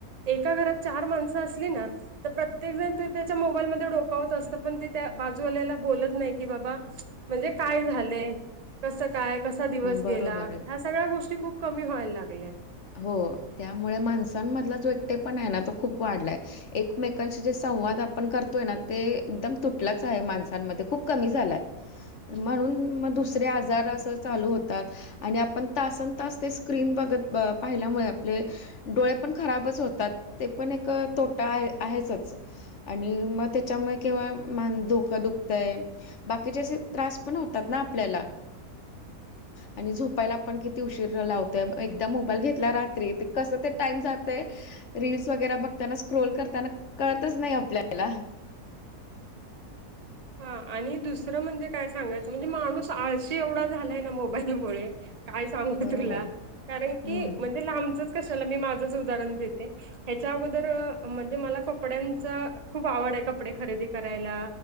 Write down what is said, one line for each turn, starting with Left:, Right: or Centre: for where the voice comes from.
Right: एका घरात चार माणसं असली ना. तर प्रत्येक जण ते त्याच्या मोबाईलमध्ये डोका होत असत. पण ते त्या बाजूवाल्याला बोलत नाही की बाबा. म्हणजे काय झालंय कस काय कसा दिवस गेला
Left: बरोबर आहे
Right: ह. सगळ्या गोष्टी खूप कमी व्हायला लागल्या.
Left: हो त्यामुळे माणसांमधला जो एकटे पण आहे ना तो खूप वाढलाय. एकमेकांशी जे संवाद आपण करतोय ना ते एकदम तुटलंच आहे माणसांमध्ये खूप कमी झालाय.
Right: ह.
Left: म्हणून मग दुसरे आजार असं. चालु होतात आणि आपण तासनतास ते स्क्रीन बघत पाहिल्यामुळे आपले डोळे पण खराबच होतात ते पण एक तोटा आहे आहेचच. आणि मग त्याच्यामुळे केव्हा मान डोकं दुखतय. बाकीचे त्रास पण होतात ना आपल्याला आणि झोपायला आपण कि. उशीर लावत एकदा मोबाईल घेतला रात्री कसं ते टाईम जातय. रीलस वगैरे बघताना स्क्रोल करताना कळतच नाही आपल्याला.
Right: हा आणि दुसरं म्हणजे काय सांगायचं म्हणजे माणूस आळशी एवढा झालाय ना मोबाईलमुळे. काय सांगू
Left: बरोबर.
Right: तुला कारण की
Left: हं.
Right: म्हणजे लांबचंच कशाला मी माझंच उदाहरण देते. ह्याच्याबदर म्हणजे मला कपड्यांचा खूप आवड आहे कपडे खरेदी करायला.